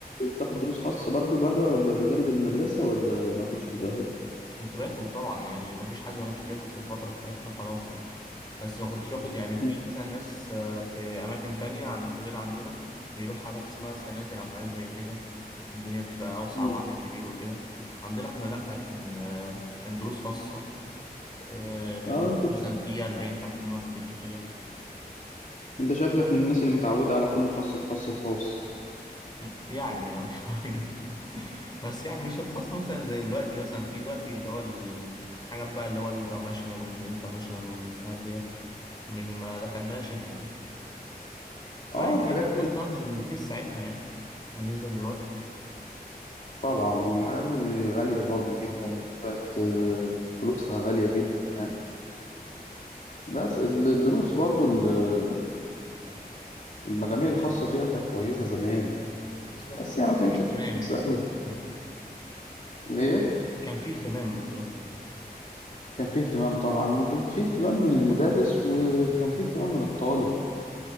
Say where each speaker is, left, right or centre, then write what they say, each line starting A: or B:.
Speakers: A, on the left; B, on the left.
A: بتاخد دروس خاصه برضو بره ب- بجانب المدرسه ولا ما كنتش بتاخد
B: كنت باخد طبعا يعني مفيش حد ما كانش بياخد في الفترة بتاعتنا خلاص يعني بس ما كنتش باخد يعني في
A: م-
B: مثلا ناس آه، في أماكن تانية عن غير عندنا بيروح حاجات اسمها سناتر أو حاجات زي كده الدنيا بتبقى أوسع
A: م.
B: وعدد كبير وكده عندنا إحنا لأ كان آه، كان دروس خاصة آه،
A: اه انت
B: مثلا في أربعين خمسين واحد بالكتير
A: انت شكلك من الناس اللي متعوده على كله خاص في خاص في خاص
B: م- يعني اه شوية <laughs> بس يعني مش الخاص مثلا زي دلوقتي مثلا في دلوقتي اللي هو الحاجات بقى اللي هو الانترناشونال ومش الانترناشونال والحاجات دي مش ما دخلناش احنا يعني طبعا
A: اه
B: يعني
A: الحاجات
B: الباص ده كان رخيص ساعتها يعني بالنسبة لدلوقتي
A: طبعا والحاجات دي غالية برضو جدا بقت آه، فلوسها غالية جدا يعني بس الدروس برضو ال- المجاميع الخاصة فيها كانت كويسة زمان
B: بالظبط
A: بس هي ما
B: كان
A: كانتش
B: فيه اهتمام
A: كويسة أوي
B: كان فيه اهتمام
A: ليه؟
B: كان فيه اهتمام بالظبط
A: كان فيه اهتمام طبعا وكان فيه اهتمام من المدرس وكان فيه اهتمام من الطالب